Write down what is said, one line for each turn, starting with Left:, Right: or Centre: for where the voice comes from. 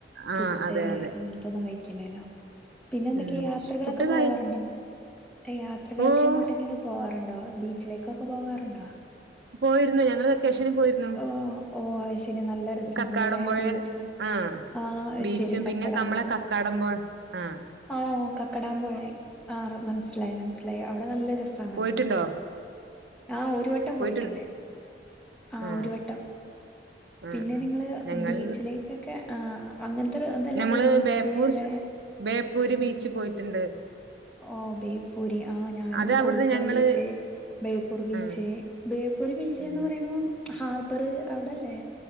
Right: ആഹ്
Centre: പുട്ട്
Right: അതെ അതെ
Centre: ങ്ങന തൊന്നും കയിക്കില്ലല്ലോ പിന്നെ എന്തൊക്കെയാ
Right: ഉം
Centre: യാത്രകളൊക്കെ
Right: പുട്ട്
Centre: പോവാറുണ്ടോ
Right: കഴി
Centre: യാത്രകളൊക്കെ
Right: ഓഹ്
Centre: എങ്ങോട്ടെങ്കിലും പോവാറുണ്ടോ ബീച്ചിലേക്കൊക്കെ പോകാറുണ്ടോ
Right: പോയിരുന്നു ഞങ്ങള് വെക്കേഷനിൽ പോയിരുന്നു
Centre: ഓഹ് ഓഹ് അത് ശരി നല്ല രസാണല്ലോല്ലേ
Right: കക്കാടൻ പൊഴേ
Centre: ബീച്ചില്
Right: ആഹ്
Centre: ആഹ്
Right: ബീച്ചും
Centre: ശരി കക്കടാൻ
Right: പിന്നെ കമ്മളെ
Centre: പോയല്ലേ
Right: കക്കാടമ്പോഴ ആഹ്
Centre: ഓഹ് കക്കടാൻ പോഴെ ആ മൻസ്സിലായി മൻസ്സിലായി അവിടെ നല്ല രസ ണല്ലോ
Right: പോയിട്ടുണ്ടോ
Centre: ആഹ് ഒരുവട്ടം
Right: പോയിട്ട്
Centre: പോയിട്ടുണ്ട് ആഹ്
Right: ആ
Centre: ഒരുവട്ടം
Right: ആ
Centre: പിന്നെ
Right: ആ
Centre: നിങ്ങള്
Right: ഞങ്ങൾ
Centre: ബീച്ചിലേക്ക് ക്കൊക്കെ ആഹ് അങ്ങൻത്തൊരു അതല്ലാതെ
Right: ഞമ്മള്
Centre: ബീച്ചേൽ
Right: ബേപ്പൂർ സ് ബേപ്പൂര് ബീച്ചി പോയിട്ടുണ്ട്
Centre: ഓഹ് ബേപ്പൂരി ആഹ് ഞാനു
Right: അത് അവിടുന്ന്
Centre: കോഴിക്കോട്
Right: ഞങ്ങള്
Centre: ബീച്ച് ബേപ്പൂർ ബീച്ച്
Right: ആ
Centre: ബേപ്പൂര് ബീച്ച്
Right: ഉം
Centre: എന്ന് പറയുമ്പോ ഹാർബറ് അവിടെല്ലേ